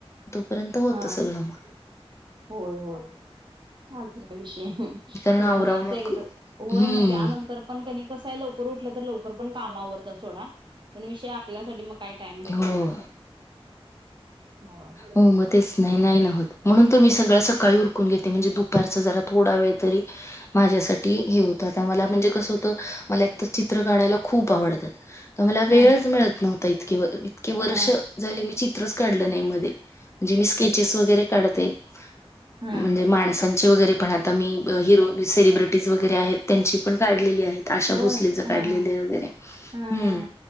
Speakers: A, on the left; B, on the right.
A: तोपर्यंत होतं
B: हा.
A: सगळ मग.
B: होय होय चालतय विषय
A: कारण
B: तर
A: आवराव
B: मुलांच
A: मग
B: एकदा होय
A: हम्म
B: मग त्यानंतर. पण कणी कसाय लवकर उठलं तर लवकर पण काम आवरत्यात सोडा. पण विषय आपल्यासाठी मग काय टाईम भेटत
A: हो.
B: नाय असय. होय
A: हो मग तेच नाही
B: पण
A: नाही ना होत म्हणून तर मी सगळ सकाळी उरकून घेते म्हणजे दुपारच जरा थोडा वेळ तरी माझ्यासाठी हे होत त्याचा मला म्हणजे कस होत मला एकतर चित्र काढायला खूप आवडत‌ तर मला वेळच
B: हा
A: मिळत नव्हता इतके-वर इतके वर्ष
B: हा
A: झाली मी चित्रच काढल नाय मधे. जी मी स्केचेस वगैरे काढते
B: हा
A: म्हणजे माणसं त्यांचे वगैरे पण आता मी अ - हिरो <unintelligible> सेलिब्रेटीज वगैरे आहेत त्यांची पण काढलेली आहेत. आशा
B: होय
A: भोसलेच
B: हा
A: काढलेल
B: हा
A: वगैरे.
B: हा
A: हम्म
B: हा